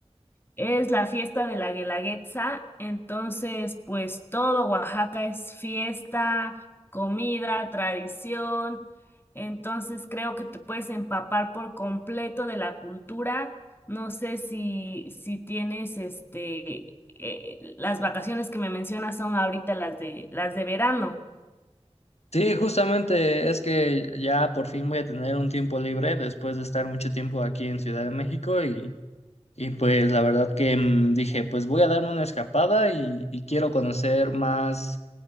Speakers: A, on the left; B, on the left.
A: Es la fiesta de la Guelaguetza, entonces pues todo Oaxaca es fiesta, comida, tradición, entonces creo que te puedes empapar por completo de la cultura. No sé si, si tienes este, eh, las vacaciones que me mencionas son ahorita las de, las de verano.
B: Sí, justamente es que ya por fin voy a tener un tiempo libre después de estar mucho tiempo aquí en Ciudad de México y, y pues la verdad que mm, dije, pues voy a darme una escapada y, y quiero conocer más,